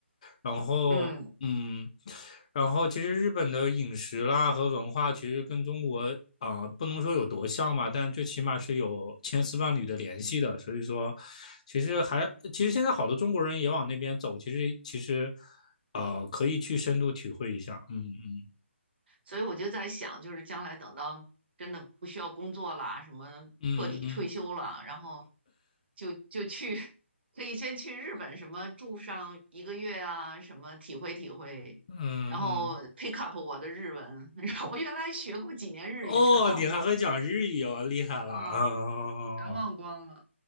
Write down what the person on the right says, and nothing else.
嗯，
所以我就在想，就是将来等到真的不需要工作啦，什么彻底退休了，
然后就就去，<laughs> 可以先去日本什么住上一个月啊，什么体会体会，
然后 pick up 我的日文，<laughs> 然后我原来学过几年日语全忘光了
啊，
全忘光了，